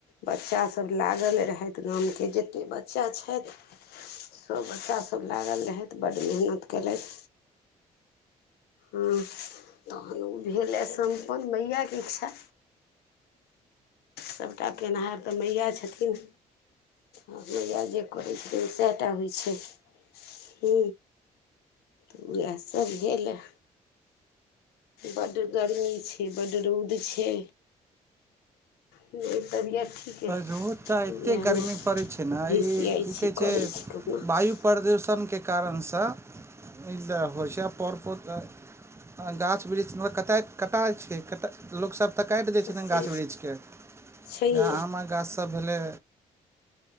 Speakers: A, on the left (about 75°); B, on the right (about 15°).
A: बच्चासभ लागल रहैथ गामके जतेक ब बच्चा छैथ सब बच्चास सब लागल रहैथ बड्ड मेहनत केलैथ हँ तहन ओ भेलए सम्पन्न मइयाके इच्छा सबटा केनहार तऽ मैया छथिन मैया जे करै छैथ सैह टा होइ छै <inaudible> हू तऽ उएहसभ भेल येऽ बड गर्मी छै बड्ड रौद छै <inaudible> तबियत ठीक अइ
B: रोज तऽ एतेक
A: उएह
B: गर्मी
A: ने
B: पड़ैत छै नै
A: घिसियाइ
B: ई की
A: छी
B: कहै छै
A: करै छी कहुना
B: वायु प्रदूषणके कारणसँ ई होइ छै आ हँ गाछ वृक्ष <inaudible> कताइत कटा छै कटा लोकसभ तऽ काइट दै छथिन
A: से
B: गाछ वृक्षके जेना
A: छैहे
B: आमक गाछसभ भेलै